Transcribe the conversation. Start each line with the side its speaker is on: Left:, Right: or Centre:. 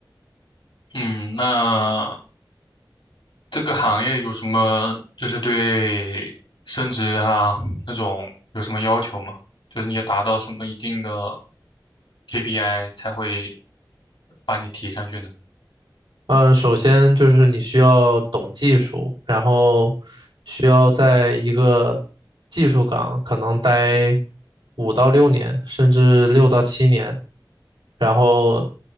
Left: 嗯，那。这个行业有什么就是对升职啊那种有什么要求吗？就是你要达到什么一定的 KPI 才会把你提上去呢？
Right: 嗯，呃首先就是你需要懂技术，然后需要在一个技术岗可能待五到六年，甚至六到七年，然后